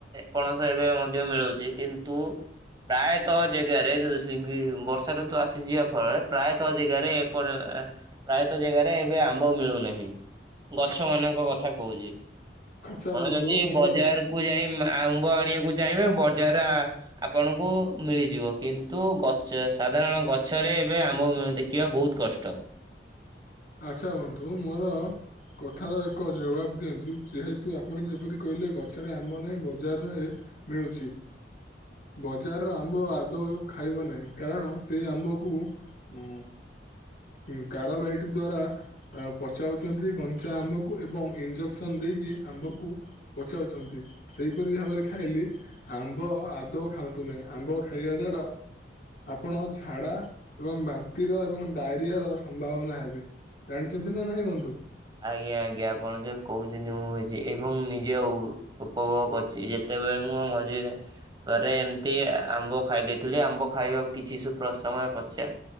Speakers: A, on the right (about 25°); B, on the left (about 60°).
A: ପଣସ ଏବେ ମଧ୍ୟ ମିଳୁଛି କିନ୍ତୁ ପ୍ରାୟତଃ ଜାଗାରେ ଯି ଗି ବର୍ଷା ଋତୁ ଆସିଯିବା ଫଳରେ ପ୍ରାୟତଃ ଜାଗାରେ ଏପର ଆ ପ୍ରାୟତଃ ଜାଗାରେ ଏବେ ଆମ୍ବ ମିଳୁନାହିଁ। ଗଛ ମାନଙ୍କ କଥା କହୁଛି।
B: ଆଚ୍ଛା
A: କଣ
B: ବନ୍ଧୁ
A: ଯଦି
B: ମୋର
A: ବଜାର କୁ ଯାଇ ଏମ୍ ଆମ୍ବ ଆଣିବାକୁ ଚାହିଁବେ ବ ଜାରା ଆପଣଙ୍କୁ ମିଳିଯିବ କିନ୍ତୁ ଗଛ ସାଧାରଣ ଗଛରେ ଏବେ ଆମ୍ବ ଦେଖିବା ବହୁତ କଷ୍ଟ।
B: ଆଛା ବନ୍ଧୁ ମୋର କଥାର ଏକ ଜବାବ ଦିଅନ୍ତୁ ଯେହେତୁ ଆପଣ ଯେପରି କହିଲେ ଗଛରେ ଆମ୍ବ ନାହିଁ ବଜାରରେ ମିଳୁଛି। ବଜାରର ଆମ୍ବ ଆଦୌ ଖାଇବ ନାହିଁ କାରଣ ସେଇ ଆମ୍ବକୁ ଉ ହୁଁଁ କାର ବାଇଟ ଦ୍ଵାରା ପଚାଉଛନ୍ତି କଞ୍ଚା ଆମ୍ବକୁ ଏବଂ ଇଞ୍ଜେକ୍ସନ ଦେଇକି ଆମ୍ବକୁ ପଚାଉଛନ୍ତି ସେଇପରି ଭାବରେ ଖାଇଲେ ଆମ୍ବ ଆଦୌ ଖାଆନ୍ତୁ ନାହିଁ ଆମ୍ବ ଖାଇବା ର ଆପଣ ଝାଡା ଏବଂ ବାନ୍ତିର ଏବଂ ଡାଇରିଆ ର ସମ୍ଭାବନା ହେବେ। ଜାଣିଛନ୍ତି ନା ନାଇଁ ବନ୍ଧୁ?
A: ଆଜ୍ଞା ଆଜ୍ଞା ଆପଣ ଯୋଉ କହୁଛନ୍ତି ମୁଁ କିଛି ଏବଂ ନିଜେ ଉ-ଉପଭୋଗ କରିଛି ଯେତେ। ସେତବେଳେ ମୁଁ ମଝିରେ ଥରେ ଏମିତି ଆ-ଆମ୍ବ ଖାଇ ଦେଇଥିଲି ଆମ୍ବ ଖାଇବାକୁ କିଛି ସମୟ ପଶ୍ଚାତ